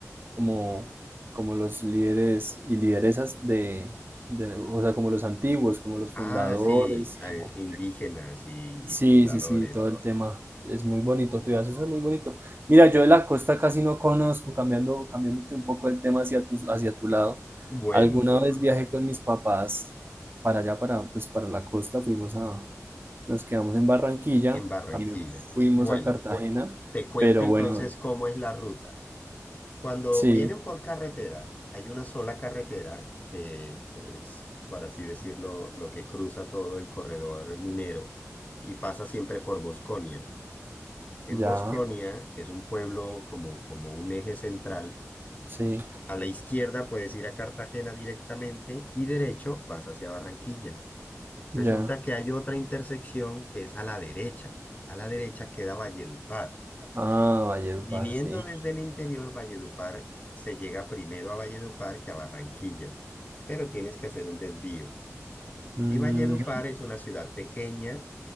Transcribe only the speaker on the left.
Ah,
sí, eh,
indígenas y,
y fundadores.
Bueno,
<clears throat>
en Barranquilla.
Bueno,
te cuento
entonces
cómo es la ruta. Cuando
vienen por carretera, hay una sola carretera que es, por así decirlo, lo que cruza todo el corredor minero y pasa siempre por Bosconia. En
Bosconia, que es un pueblo como, como un eje central,
a la izquierda puedes ir a Cartagena directamente y derecho vas hacia Barranquilla.
Resulta que hay otra intersección que es a la derecha. A la derecha queda Valledupar.
Viniendo
desde el interior, Valledupar, se llega primero a Valledupar que a Barranquilla, pero tienes que hacer un desvío.
Y Valledupar es una ciudad pequeña,